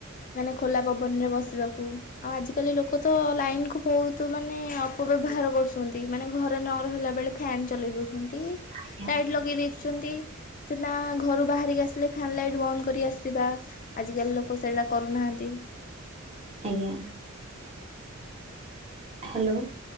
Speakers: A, on the left; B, on the right.
A: ମାନେ ଖୋଲା ପବନ ରେ ବସିବାକୁ। ଆଉ ଆଜିକାଲି ଲୋକ ତ ଲାଇନ୍ କୁ ବହୁତ ମାନେ ଅପ ବ୍ୟବହାର କରୁଛନ୍ତି। ମାନେ ଘରେ ନ ରହିଲା ବେଳେ ଫ୍ୟାନ୍ ଚଲେଇ ଦଉଛନ୍ତି।
B: ଆଜ୍ଞା
A: ଲାଇଟ୍ ଲଗେଇ ଦେଇ ଛନ୍ତି, ତ ନା ଘରୁ ବାହାରିକି ଆସିଲେ ଫ୍ୟାନ୍, ଲାଇଟ୍ ବନ୍ଦ କରି ଆସିବା। ଆଜି ଲୋକ ସେ ଟା କରୁନାହାନ୍ତି।
B: ଆଜ୍ଞା। ହାଲୋ,